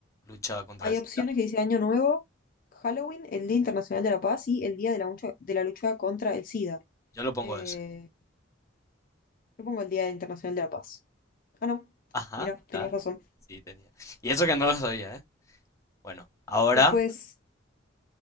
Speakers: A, on the left; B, on the left.
A: lucha contra
B: Hay
A: el... SIDA.
B: opciones que dice Año Nuevo, Halloween, el Día Internacional de la Paz y el Día de la Lucha, de la Lucha contra el SIDA.
A: Yo lo pongo
B: Eh,
A: eso.
B: yo pongo el Día Internacional de la Paz. Ah, no,
A: Ajá,
B: mira, tenías
A: ya.
B: razón.
A: Sí, tenía. Y eso que no lo sabía, ¿eh? Bueno, ahora.
B: Después